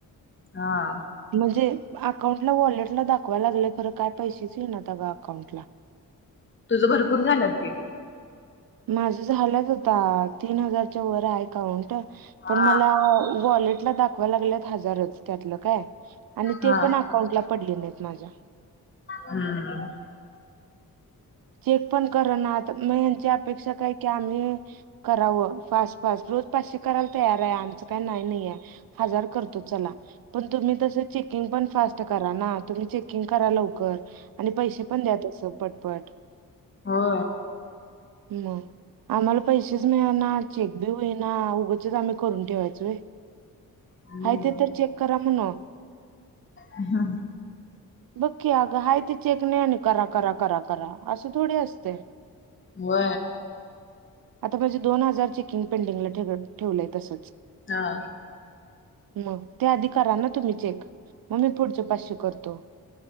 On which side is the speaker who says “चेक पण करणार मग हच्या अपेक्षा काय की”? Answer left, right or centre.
Right